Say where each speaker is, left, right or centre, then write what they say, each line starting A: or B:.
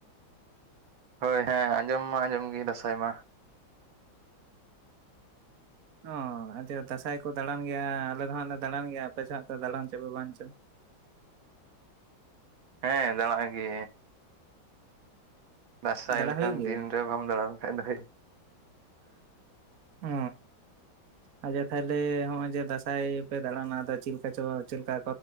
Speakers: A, on the right; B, on the right.
A: ᱦᱳᱭ ᱦᱮᱸ ᱟᱸᱡᱚᱢ ᱢᱟ ᱟᱸᱡᱚᱢ ᱜᱮ ᱫᱟᱸᱥᱟᱭ ᱢᱟ
B: ᱚᱻ ᱟᱪᱪᱷᱟ ᱫᱟᱸᱥᱟᱭ ᱠᱚ ᱫᱟᱬᱟᱱ ᱜᱮᱭᱟ ᱟᱞᱮ ᱫᱚ ᱦᱟᱸᱜ ᱞᱮ ᱫᱟᱬᱟᱱ ᱜᱮᱭᱟ ᱟᱯᱮ ᱥᱮᱫ ᱦᱟᱸᱜ ᱫᱟᱬᱟᱱ ᱪᱚ ᱯᱮ ᱵᱟᱝ ᱪᱚ
A: ᱦᱮᱸ ᱫᱟᱬᱟ ᱜᱮ ᱫᱟᱸᱥᱟᱭ
B: ᱫᱟᱬᱟ
A: ᱞᱮᱠᱟᱱ
B: ᱦᱩᱭᱩᱜ ᱜᱮᱭᱟ
A: ᱫᱤᱱ ᱨᱮ ᱵᱟᱢ ᱫᱟᱬᱟᱱ ᱠᱷᱟᱡ ᱫᱚ <unintelligible> ᱦᱮᱸ
B: ᱚ ᱟᱪᱷᱟ ᱛᱟᱦᱚᱞᱮ ᱱᱚᱜ ᱚᱭ ᱡᱮ ᱫᱟᱸᱥᱟᱭ ᱯᱮ ᱫᱟᱬᱟᱱᱟ ᱟᱫᱚ ᱪᱮᱫ ᱞᱮᱠᱟ ᱪᱚ ᱪᱮᱫ ᱞᱮᱠᱟ